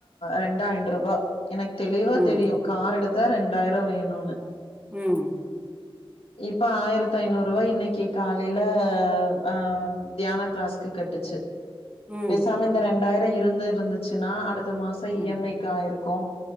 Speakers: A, on the left (about 85°); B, on the right (about 15°).
A: ரெண்டாயின்ரூபா எனக்கு தெளிவா
B: ம்
A: தெரியு கார் எடுத்தா ரெண்டாயிரோ வேணுனு
B: ம்
A: இப்ப ஆயிரத்தி ஐநூரூவா இன்னிக்கி காலைல ஆ தியான க்ளாஸ்க்கு கட்டுச்சு
B: ம்
A: பேசாம இந்த ரெண்டாயிரோ இருந்து இருந்துச்சுன்னா அடுத்த மாசோ இ
B: ம்
A: எம் ஐ க்கு ஆயிருக்கு